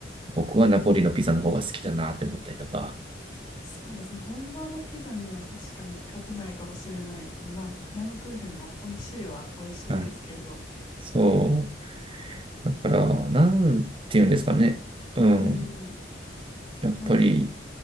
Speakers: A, on the right; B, on the left.
A: 僕はナポリのピザの方が好きだなって思ったりとか。
B: そうですね。本場のピザには確かに勝てないかもしれないですね。まあ、フラムクーヘンも美味しいは美味しいですけど。
A: はい。そう。だから、なんていうんですかね。うん。
B: ええ
A: やっぱり、
B: まあでも、